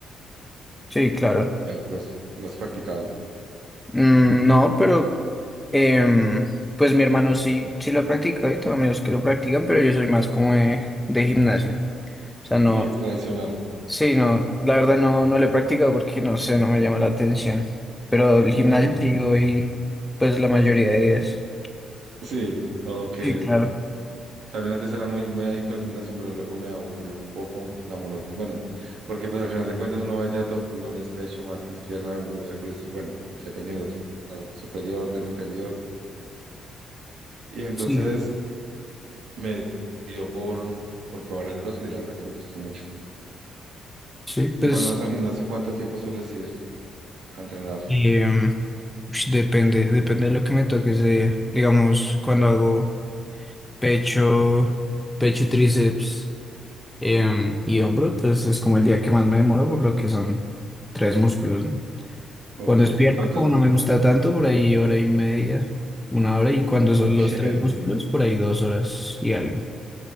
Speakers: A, in the centre; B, on the right (about 70°).
A: Sí, claro.
B: El CrossFit, ¿lo has practicado?
A: Mm, no, pero em, pues mi hermano sí, sí lo practica y tengo amigos que lo practican, pero yo soy más como de, de gimnasio. O sea, no,
B: Sí, tradicional.
A: sí, no, la verdad no, no lo he practicado porque no sé, no me llama la atención. Pero el gimnasio
B: Ok.
A: sí voy pues la mayoría de días.
B: Sí, ok.
A: Sí, claro.
B: También antes era muy, muy adicto al gimnasio, pero luego me aburrió un poco la monotonía. Bueno, porque pues al final de cuentas uno va ya to- lunes pecho, martes pierna, miércoles, bueno, dependiendo, tren superior, tren inferior. Y entonces
A: Sí,
B: me dio por, por probar el CrossFit y la verdad que me gustó mucho.
A: sí, pues...
B: Y cuando vas al gimnasio, ¿cuánto tiempo sueles ir a entrenar?
A: em, Ush, Depende, depende de lo que me toque ese día. Digamos, cuando hago pecho, pecho, tríceps em, y hombro, pues es como el día que más me demoro por lo que son tres músculos, ¿no?
B: Ok,
A: Cuando es pierna,
B: ¿y cuánto?
A: como no me gusta tanto, por ahí hora y media, una hora, y cuando
B: Ok.
A: son los tres músculos, por ahí dos horas y algo.